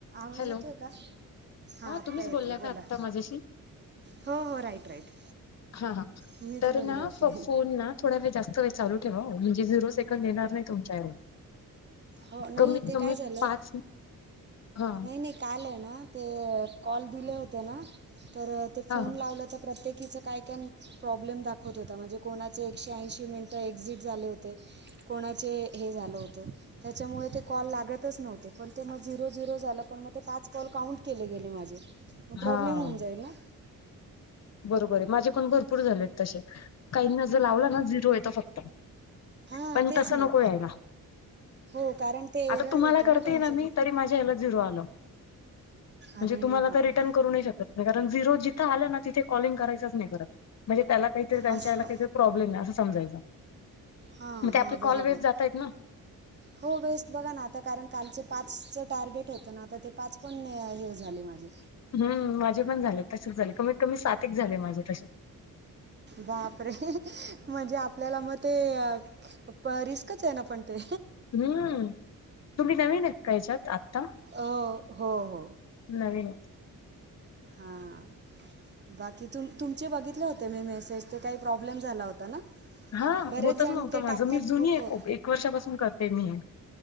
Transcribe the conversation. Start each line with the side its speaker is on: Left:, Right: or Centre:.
Right: आवाज
Left: हॅलो
Right: येतोय का? हा आत्ता
Left: तुम्हीच
Right: येतोय.
Left: बोलला
Right: बोला,
Left: का आत्ता माझ्याशी
Right: हो हो राईट, राईट.
Left: हा हा,
Right: मीच
Left: तर
Right: बोलले
Left: ना,
Right: होते.
Left: फोन ना, थोडा वेळ जास्त चालू ठेवा म्हणजे झिरो सेकंदड येणार नाही तुमच्याव
Right: हो नाही
Left: कमीत
Right: ते
Left: कमी
Right: काय झालं
Left: पाच. हा
Right: नाही, नाही काल आहे ना, ते कॉल दिले होते ना, तर ते
Left: हा
Right: फोन
Left: हा
Right: लावलं, तर प्रत्येकीच काय, काय प्रॉब्लेम दाखवत होता. म्हणजे कोणाचे एकशे ऐंशी मिनटं एक्झिट झाले होते. कोण कोणाचे हे झालं होतं, त्याच्यामुळे ते कॉल लागतच नव्हते, पण ते मग झिरो झिरो झालं, पण मग ते पाच कॉल काउंट केले गेले माझे. मग प्रॉब्लेम
Left: हा.
Right: होऊन जाईल ना?
Left: बरोबर आहे. माझे पण भरपूर झालेत तसे, काहीनी जे लावलं ना, झिरो येत फक्त.
Right: हां
Left: पण
Right: तेच
Left: तस
Right: ना
Left: नको यायला.
Right: हो कारण ते
Left: आता
Right: एरर
Left: तुम्हाला
Right: येतो
Left: करते
Right: त्यांच्या
Left: ना मी,
Right: तिथे.
Left: तरी माझ्या ह्याला झिरो आलो. म्हणजे
Right: अरे
Left: तुम्हाला
Right: बापरे
Left: आता रिटर्न करू नाही शकत नाही मी, कारण झिरो जिथं आलं ना, तिथे कॉलिंग करायचं नाही परत. म्हणजे त्याला काहीतरी त्यांच्या
Right: असं
Left: ह्याला काही प्रॉब्लेम हाय अस समजायचं
Right: हा
Left: मग ते आपले
Right: हा
Left: कॉल
Right: बरोबर.
Left: वेस्ट जातायत ना
Right: हो बेस्ट बघा ना आता, कारण कालचे पाच चं टार्गेट होतं ना, आता ते पाच पण हे झाले माझे
Left: हम्. माझे पण झाले, तसेच झाले, कमीत कमी सात ऐक झाले माझे तसे.
Right: बापरे, ! म्हणजे आपल्याला मग ते रिस्कच आहे ना, पण ते.
Left: हुं. तुम्ही नवीन अहात का ह्याच्यात? आता,
Right: हो हो हो
Left: नवीन
Right: हां. बाकी तुम -तुमचे बघितले होते मी मेसेज, ते काही प्रॉब्लेम झाला होता ना?
Left: हा
Right: बरेच
Left: होतच
Right: जण
Left: नव्हतं
Right: ते
Left: माझं.
Right: टाकतात
Left: मी जुनी
Right: ग्रुपवर.
Left: आहे खूप. एक वर्षापासून करते मी हे.